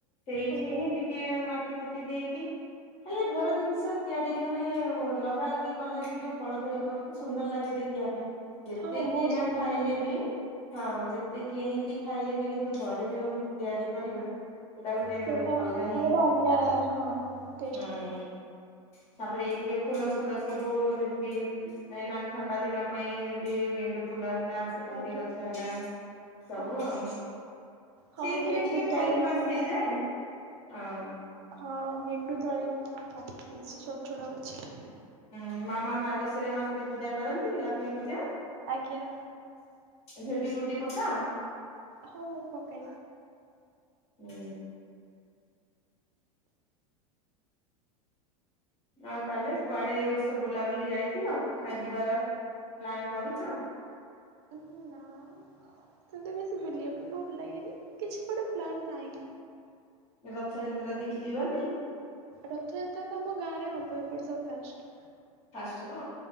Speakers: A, on the left (about 35°); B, on the right (about 45°).
A: ସେଇଠି
B: ଆଜ୍ଞା
A: ହିଁ ଟିକେ ମାଟି ଫାଟି ଦେଇକି ହେଲେ ଘର ଜିନିଷ ତିଆରି ମାନେ ଲଗା ଲଗି କଲେ। ସେ ଯୋଉ ଫଳ ଧରିବ କେତେ ସୁନ୍ଦର ଲାଗେ ଦେଖ ଦେଖିବା ପାଇଁ। ଯେତେ
B: ହଁ ବହୁତ
A: କିଣା
B: ସୁନ୍ଦର
A: ଖାଇଲେ
B: ଲାଗେ।
A: ବି, ହଁ ଯେତେ କିଣିକି ଖାଇଲେ ବି, କିନ୍ତୁ ଘରେ ଯେଉଁ ଗୋଟେ ତିଆରି କରିବେ। ସେଟା ଗୋଟେ
B: ସେଇଟା
A: ଅଲଗା ହିଁ।
B: ତାର ଗୋଟେ ଅଲଗା ହଁ ଟେଷ୍ଟ
A: ହୁଁ।
B: ଥାଏ ତାର
A: ତାପରେ ଏଇଥିରେ ଫୁଲ ଫୁଲ ସବୁ ଯେମିତି କହିଁକିନା ଥଣ୍ଡା ଦିନ ପାଇଁ ଏମତି ଗେଣ୍ଡୁ ଫୁଲ ହେ ହେଲା, ସେବତି
B: ଆଜ୍ଞା
A: ଗଛ ହେଲା ସବୁ
B: ହଁ।
A: ଆଉ।
B: ହଁ
A: ସେଇଥିରେ
B: ଗେଣ୍ଡୁ
A: ଟିକେ ଟାଇମ
B: ତଳି
A: ପାସ୍
B: ବି ମାମା
A: ହେଇଯାଏ ଆଉ
B: ହଁ ଗେଣ୍ଡୁ ତଳିିବ ମା ପକେଇଛି। ଛୋଟ ଛୋଟ ଗଛ।
A: ହୁଁ ମାମା ମାର୍ଗଶିର ମାସରେ ପୂଜା କରନ୍ତିନି କି ଲକ୍ଷ୍ମୀ ପୂଜା?
B: ଆଜ୍ଞା।
A: ଝୋଟି ଫୋଟି ପକାଅ?
B: ହଁ ମୁଁ ପକାଏ।
A: ହୁଁ। ଆଉ ତାହେଲେ କୁଆଡେ ଏ ବର୍ଷ ବୁଲାବୁଲି ଯାଇଥିଲ ନା ଯିବାର ପ୍ଲାନ୍ କରୁଛ?
B: ହ ନା ମତେ ତ ବେଶୀ ବୁଲିବା ପାଇଁ ଭଲ ଲାଗେନି କିଛି ଗୋଟେ ପ୍ଲାନ ନାହିଁ।
A: ରଥଯାତ୍ରା ଦେଖି ଯିବାନି?
B: ରଥଯାତ୍ରା ତ ଆମ ଗାଁରେ ହବ ଏ ବର୍ଷ ଫାଷ୍ଟ।
A: ଫାଷ୍ଟ ହବ